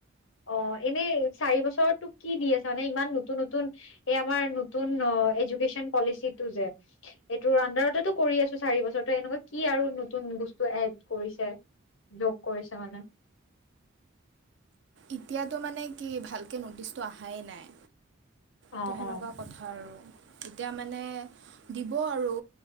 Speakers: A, on the left; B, on the right.
A: অ' এনেই চাৰি বছৰ তোক কি দি আছা মানে ইমান নতুন-নতুন এ আমাৰ নতুন, অ' এদুকেটিন পলিচীটো যে সেইটো উণ্ডাৰতে কৰি আছোঁ। চাৰি বছৰ ত এনেকুৱা কি আৰু নতুন বস্তু এড কৰিছে। যোগ কৰিছে মানে।
B: এতিয়াতো মানে কি ভালকে নটিচটো আহাই নাই।
A: অ
B: তো সেনেকুৱা
A: অ
B: কথা আৰু, এতিয়া মানে দিব আৰু